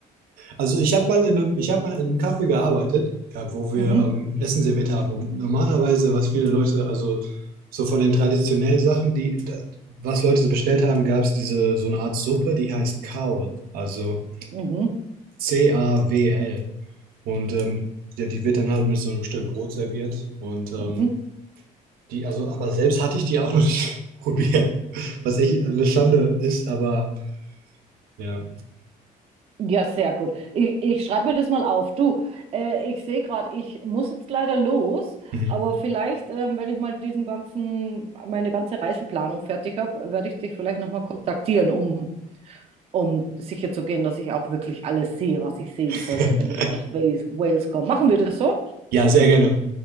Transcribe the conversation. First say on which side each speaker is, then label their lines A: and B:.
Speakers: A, on the right (about 75°); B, on the right (about 40°).
A: Also ich habe mal in einem, ich habe mal in einem Café gearbeitet, ja, wo wir
B: Mhm,
A: ähm, Essen serviert haben. Und normalerweise, was viele Leute, also so von den traditionellen Sachen, die, da, was Leute so bestellt haben, gab es diese so eine Art Suppe, die heißt Cawl, also
B: mhm,
A: C-A-W-L. Und ähm, ja, die wird dann halt mit so einem Stück Brot serviert. Und ähm,
B: mhm.
A: Die, also, aber selbst hatte ich die auch noch nicht <laughs> probiert. Was echt eine Schande ist, aber ja.
B: Ja, sehr gut. Ich, ich schreibe mir das mal auf. Du, äh, ich sehe gerade, ich muss jetzt leider los,
A: Mhm.
B: aber vielleicht, ähm, wenn ich mal diesen ganzen, meine ganze Reiseplanung fertig habe, werde ich dich vielleicht nochmal kontaktieren, um, um sicher zu gehen, dass ich auch wirklich alles sehe, was ich sehen
A: <laughs>
B: sollte, wenn ich nach Wales, Wales komme. Machen wir das so?
A: Ja, sehr gerne.